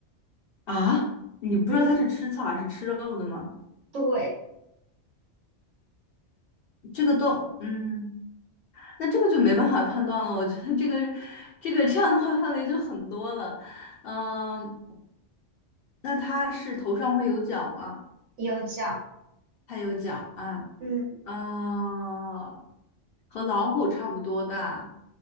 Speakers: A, on the left; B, on the right.
A: 啊，你不知道它是吃草还是吃肉的吗？
B: 嗯，对，
A: 这个都，嗯，那这个就没办法判断了。我觉得这个，这个这样的话范围就很多了。嗯，那它是头上会有角吗？
B: 有角。
A: 它有角啊，
B: 嗯
A: 啊，和老虎差不多大，